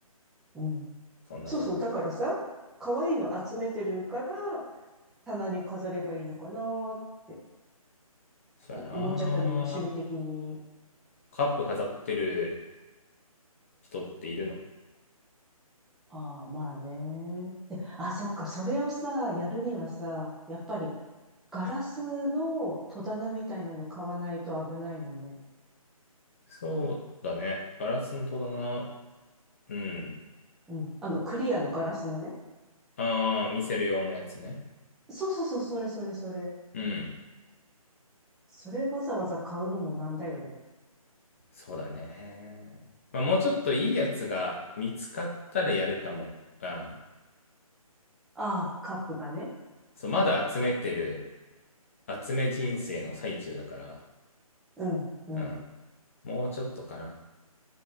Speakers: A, in the centre; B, on the left.
A: うん。
B: そんな感じ。
A: そうそう、だからさ、可愛いの集めてるから、棚に飾ればいいのかなって
B: そうやな
A: 思っちゃったのよ、趣味的に。
B: カップ飾ってる人っているの
A: ああ、まあね。で、あ、そっか、それをさ、やるにはさ、やっぱり、ガラスの戸棚みたいなの買わないと危ないもんね。
B: そうだね。ガラスの戸だな。うん。
A: うん。あの、クリアのガラスのね。
B: ああ、見せる用のやつね。
A: そうそうそう、それそれそれ。
B: うん。
A: それわざわざ買うのもなんだよね。
B: そうだね。まあ、もうちょっといいやつが見つかったらやるかも。うん。
A: ああ、カップがね。
B: そう、まだ集めてる、集め人生の最中だから。
A: うん、うん。
B: うん。もうちょっとかな。